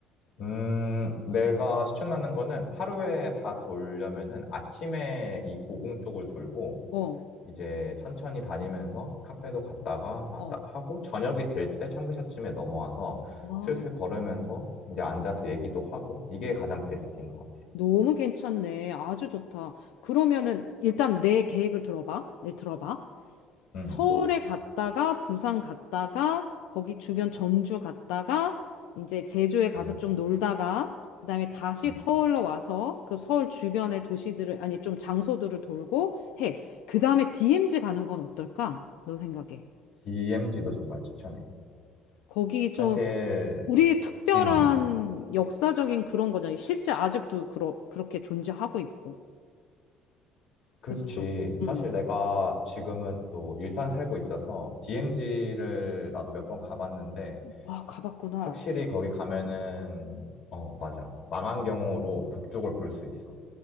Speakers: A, on the left (about 55°); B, on the left (about 85°).
A: 음, 내가 추천하는 거는 하루에 다 돌려면은 아침에 이 고궁 쪽을 돌고,
B: 어,
A: 이제 천천히 다니면서 카페도 갔다가 하다,
B: 어.
A: 하고, 저녁이 될 때 청기샷쯤에 넘어와서
B: 아,
A: 슬슬 걸으면서 이제 앉아서 얘기도 하고, 이게 가장 베스트인 것 같아.
B: 너무 괜찮네. 아주 좋다. 그러면은 일단 내 계획을 들어봐. 예, 들어봐.
A: 음.
B: 서울에 갔다가 부산 갔다가 거기 주변 전주 갔다가 이제 제주에 가서
A: 음.
B: 좀 놀다가 그다음에 다시
A: 음.
B: 서울로 와서 그 서울 주변의 도시들을 아니 좀 장소들을 돌고 해. 그다음에 DMZ 가는 건 어떨까? 너 생각에.
A: DMZ도 정말 추천해.
B: 거기 좀
A: 사실,
B: 우리의 특별한
A: 음,
B: 역사적인 그런 거잖아요. 실제 아직도 그러, 그렇게 존재하고 있고.
A: 그치.
B: 그래서 좀 음.
A: 사실 내가 지금은 또 일산 살고 있어서 DMZ를
B: 음.
A: 나도 몇 번 가봤는데,
B: 아, 가봤구나.
A: 확실히 거기 가면은, 어, 맞아. 망한 경우로 북쪽을 볼 수 있어.